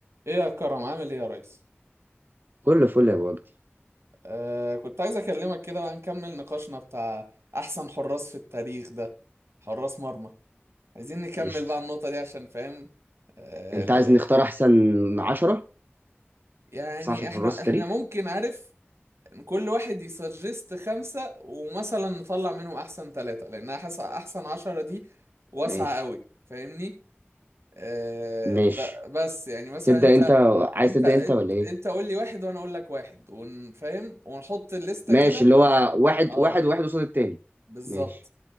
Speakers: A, on the right; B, on the right.
A: ايه يا كرم عامل ايه يا ريس
B: كل فل يا بوجد
A: آه كنت عايز اكلمك كده بقى نكمل نقاشنا بتاع احسن حراس في التاريخ ده حراس مرمى عايزين نكمل
B: قشطة
A: بقى النقطة دي عشان فاهم آه
B: انت
A: ال-
B: عايز نختار احسن عشرة
A: يعني
B: احسن عشر
A: احنا
B: حراس التاريخ
A: احنا ممكن عارف كل واحد يسجست خمسة ومثلا نطلع منهم احسن ثلاثة لان حاسس احسن عشرة دي واسعة
B: ماشي
A: قوي فاهمني آه
B: ماشي
A: ب- بس يعني مثلا
B: تبدأ
A: انت
B: انت عايز
A: انت
B: تبدأ انت ولا ايه
A: انت قول لي واحد وانا اقول لك واحد ونفهم ونحط الليستة
B: ماشي
A: كده
B: اللي هو واحد
A: اه
B: واحد واحد قصاد التاني
A: بالظبط
B: ماشي